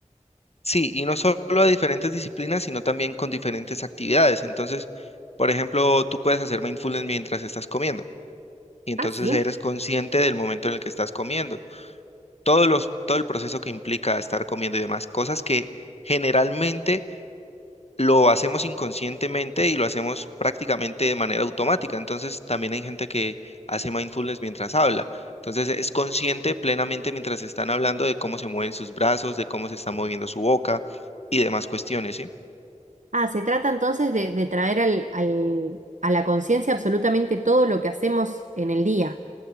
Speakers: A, on the left; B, on the right.
A: Sí, y no solo a diferentes disciplinas, sino también con diferentes actividades. Entonces, por ejemplo, tú puedes hacer mindfulness mientras estás comiendo. Y entonces
B: Ah, sí.
A: eres consciente del momento en el que estás comiendo todos los, todo el proceso que implica estar comiendo y demás, cosas que generalmente lo hacemos inconscientemente y lo hacemos prácticamente de manera automática. Entonces, también hay gente que hace mindfulness mientras habla. Entonces, es consciente plenamente mientras están hablando de cómo se mueven sus brazos, de cómo se está moviendo su boca y demás cuestiones, ¿sí?
B: Ah, se trata entonces de, de traer al, al- a la conciencia absolutamente todo lo que hacemos en el día.